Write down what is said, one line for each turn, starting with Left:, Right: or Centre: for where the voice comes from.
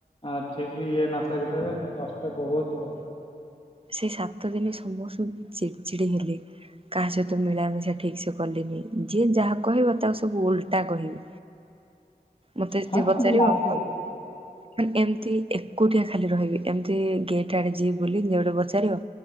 Left: ଏଁ ଠିକ ଇଏ ନ କରି ପାରିବ ତା କଷ୍ଟ ବହୁତ ଲାଗେ।
Right: ସେଇ ସାତ ଦିନି ସମସ୍ତଙ୍କୁ ଚିଡଚିଡି ହେଲି। କାହା ସହିତ ମିଳାମିଶା ଠିକ ସେ କଲିନି ଯିଏ ଯାହା କହିବ ତାକୁ ସବୁ ଓଲଟା କହିବି। ମତେ
Left: ହଁ
Right: ଯିଏ
Left: ସେମିତି
Right: ପଚାରିବ।
Left: ଲାଗେ।
Right: ଖାଲି ଏମିତି ଏକୁଟିଆ ଖାଲି ରହିବି ଏମିତି ଗେଟ ଆଡେ ଯିବି ବୁଲିବି ଗେଟ ଉ ଚଢ଼ିବ।